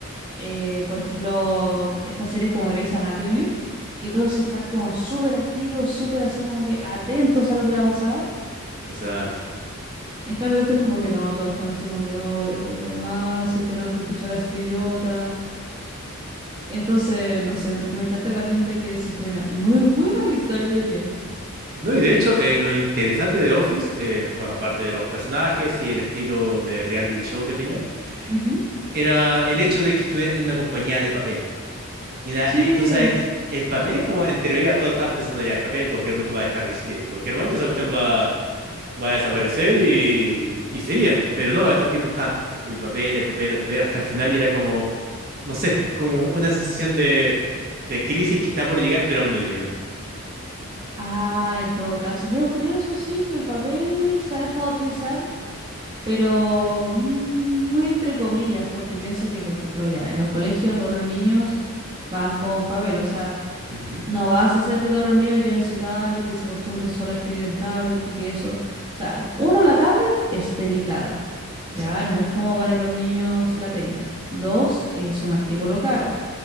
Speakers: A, on the right; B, on the right.
A: eh, por ejemplo, estas series como Grey's Anatomy, que todos están como súper activos, súper así como que atentos a lo que va a pasar.
B: Exacto.
A: En cambio, esto es como que no, todos están así como que hoy otro día más, y tenemos que escuchar a este idiota. Entonces, no sé, me, me encanta el ambiente que se genera. Es muy, muy realista, yo diría.
B: No, y de hecho, eh, lo interesante de Office, eh, bueno, aparte de los personajes y el estilo de reality show que tenía,
A: Ujú.
B: era el hecho de que estuviera en una compañía de papel. Y, na-
A: Sí.
B: y tú sabes, el papel es como, en teoría todos estaban pensando ya, el papel en cualquier momento va a dejar de existir, en cualquier momento esa cuestión va, va a desaparecer y, y sería. Pero no, estos tipos están el papel, el papel, el papel, hasta el final y era como, no sé, como una sensación de, de crisis que está por llegar, pero aún no llega.
A: Ah, en todo caso, yo creo eso sí que el papel se ha dejado de utilizar, pero mm, muy entre comillas, porque piensa que, por ejemplo, ya en los colegios todos los niños van con papel, o sea,
B: Ujú,
A: no vas a hacer que todos los niños lleven su tablet y se acostumbren solo a escribir en tablet, porque eso, o sea, uno, la tablet es delicada,
B: Exacto,
A: ya no es como para que los niños la tengan. Dos, es un artículo caro,